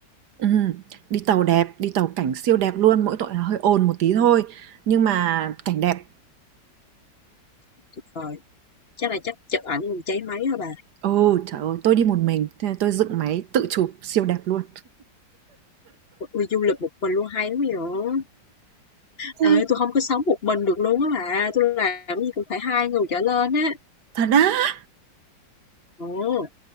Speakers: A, on the right (about 65°); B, on the left (about 35°).
A: Ừm, đi tàu đẹp, đi tàu cảnh siêu đẹp luôn, mỗi tội là hơi ồn một tí thôi, nhưng mà cảnh đẹp.
B: tuyệt vời. Chắc là chắc chụp ảnh còn cháy máy hả bà.
A: Ừ, trời ơi, tôi đi một mình, thế là tôi dựng máy tự chụp siêu đẹp luôn.
B: Ui, du lịch một mình luôn hay lắm vậy.
A: Ừ.
B: Ê, tôi không có sống một mình được luôn á bà. Tôi làm cái gì cũng phải hai người trở lên á.
A: Thật á,
B: Ồ,